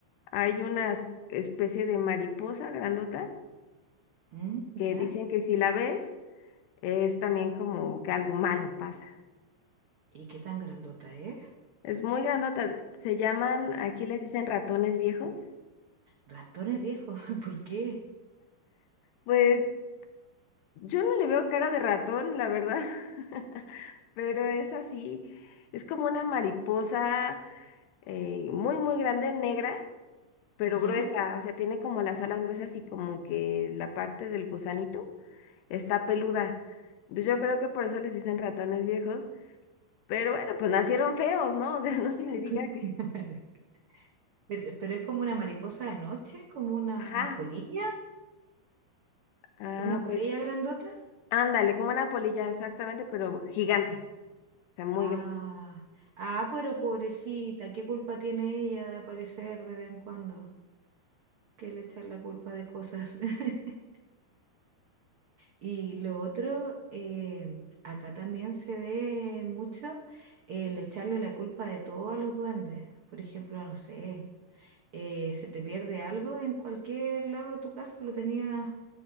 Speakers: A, on the left; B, on the right.
A: Hay una especie de mariposa grandota
B: Mm,
A: que
B: ya.
A: dicen que si la ves es también como que algo malo pasa.
B: ¿Y qué tan grandota es?
A: Es muy grandota, se llaman, aquí les dicen ratones viejos.
B: Ratones viejos, <laughs> ¿por qué?
A: Pues yo no le veo cara de ratón, la verdad, <laughs> pero es así, es como una mariposa eh, muy, muy grande, negra, pero
B: ¿Ya?
A: gruesa, o sea, tiene como las alas gruesas y como que la parte del gusanito está peluda. Yo creo que por eso les dicen ratones viejos Pero bueno, pues nacieron feos, ¿no? O sea, <laughs> no significa
B: Sí.
A: que...
B: <laughs> Pero, pero es como una mariposa de noche, como una
A: Ajá.
B: polilla,
A: Ah,
B: una polilla
A: pues
B: grandota.
A: ándale, como una polilla, exactamente, pero gigante. O sea, muy
B: Ah,
A: grande.
B: ah, pero pobrecita, ¿qué culpa tiene ella de aparecer de vez en cuando? Que le echar la culpa de cosas. <laughs> Y lo otro, eh, acá también se ve mucho el echarle la culpa de todo a los duendes. Por ejemplo, no sé, eh, se te pierde algo en cualquier lado de tu casa, lo tenías